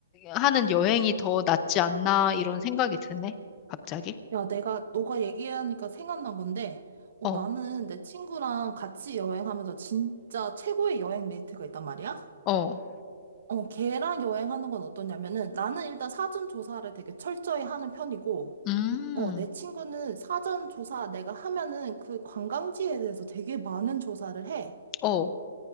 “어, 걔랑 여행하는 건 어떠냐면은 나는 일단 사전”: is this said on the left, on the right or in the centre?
Right